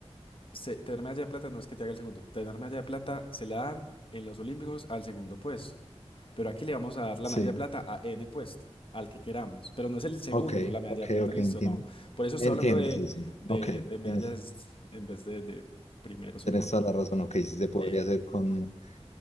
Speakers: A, on the left; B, on the left.
A: se- tenerme allá de plata no es que te haga el segundo. Tenerme allá de plata se la dan en los Olímpicos al segundo puesto. Pero aquí le vamos a dar la
B: Sí,
A: medalla de plata a N puesto, al que queramos. Pero no es el segundo
B: ok,
A: la medalla
B: ok,
A: de plata,
B: ok,
A: listo,
B: entiendo.
A: no. Por eso estoy
B: Entiendo,
A: hablando de,
B: sí, sí.
A: de,
B: Ok,
A: de medallas
B: tienes-
A: en vez de, de primero, segundo.
B: Tenés toda la razón, ok, sí se podría
A: Eh.
B: hacer con,